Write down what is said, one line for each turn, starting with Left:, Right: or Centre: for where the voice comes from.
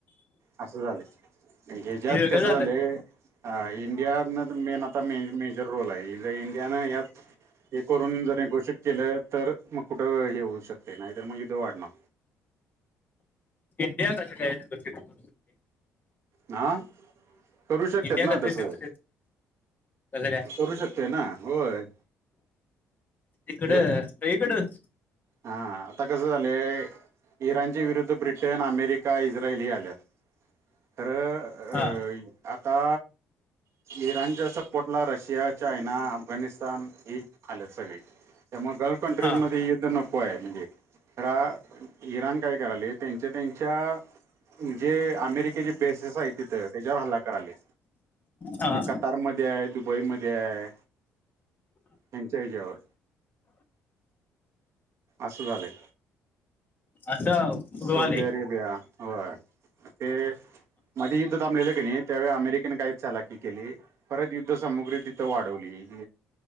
Right: असं झालं ह्या ज्यात.
Left: हे वेगळं
Right: कसं
Left: झालं
Right: झालायं अ इंडिया नन. मेन आता मेजर रोल आहे इंडियानं हयात. हे करून जर घोषित केलं तर मग कुठं हे होऊ शकते. नाही तर मग युद्ध वाढणार.
Left: इंडिया कंस काय? <unintelligible>
Right: हा. करू शकतेत
Left: इंडिया कसं
Right: ना तसं
Left: डेप्युटेड कसं काय
Right: करू शकते ना होय.
Left: इकडं
Right: जर
Left: सगळी कडच
Right: हा आता कसं झालं. इराणच्या विरुद्ध ब्रिटेन, अमेरिका, इस्रायल, हे आल्यात,, खरं
Left: हा
Right: आता, इराणच्या सपोर्टला रशिया, चायना, अफगाणिस्तान, ही आल्यात सगळी, त्यामुळं गल्फकंन्ट्रीच
Left: हा
Right: मध्ये युद्ध नको होय म्हणजे, खरा, इराण काय कराले त्यांच्या त्यांच्या जे अमेरिकेचे बेसेस हायत तिथं, त्याच्यावर हल्ला करालेय.
Left: हा
Right: एक कतार मध्ये आहे, दुबई मध्ये आहे, ह्यांच्या हच्यावर. असं झालंय.
Left: असं उडवाले
Right: सौदी अरेबिया, होय, हे मधी युद्ध थाबलेलं क नाही, त्यावेळी अमेरिकेनं काय चालाखी केली, परत युद्ध सामुग्री तिथं वाढवली,